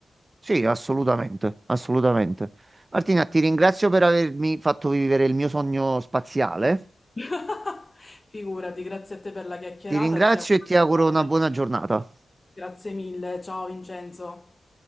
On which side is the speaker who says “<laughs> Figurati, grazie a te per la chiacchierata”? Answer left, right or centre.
Left